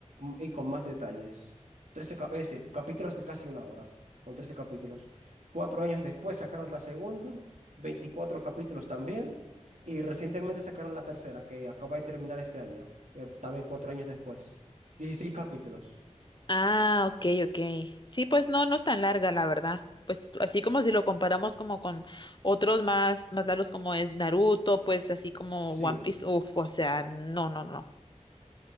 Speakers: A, on the right (about 75°); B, on the left (about 40°).
A: y con más detalles. Trece cap- es decir, capítulos de casi una hora, con 13 capítulos. Cuatro años después sacaron la segunda, 24 capítulos también, y recientemente sacaron la tercera, que acaba de terminar este año, que f- también cuatro años después. dieciséis capítulos.
B: Ah, ok, ok. Sí, pues no, no es tan larga, la verdad. Pues así como si lo comparamos como con otros más, más largos como es Naruto, pues así como
A: Sí.
B: One Piece, uf, o sea, no, no, no.